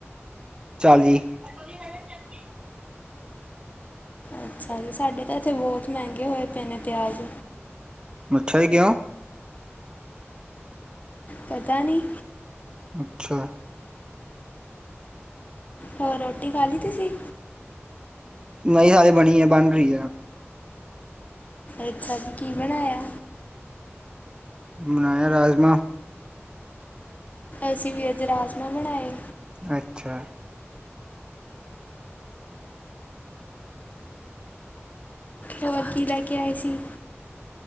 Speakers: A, on the right; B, on the left.
A: ਚਾਲੀ। <inaudible>
B: ਅੱਛਾ ਜੀ, ਸਾਡੇ ਤਾਂ ਇੱਥੇ ਬਹੁਤ ਮਹਿੰਗੇ ਹੋਏ ਪਏ ਨੇ ਪਿਆਜ਼।
A: ਅੱਛਾ ਜੀ, ਕਿਉ?
B: ਪਤਾ ਨ੍ਹੀਂ।
A: ਅੱਛਾ।
B: ਹੋਰ ਰੋਟੀ ਖਾ ਲਈ ਤੂਸੀ?
A: ਨਈਂ ਹਜੇ ਬਣੀ ਐ, ਬਣ ਰਈ ਐ।
B: ਅੱਛਾ ਜੀ ਕੀ ਬਣਾਇਆ?
A: ਬਣਾਇਆ ਰਾਜਮਾ।
B: ਅਸੀਂ ਵੀ ਅੱਜ ਰਾਜਮਾਹ ਬਣਾਏ।
A: ਅੱਛਾ।
B: ਹੋਰ ਕੀ ਲੈਕੇ ਆਏ ਸੀ।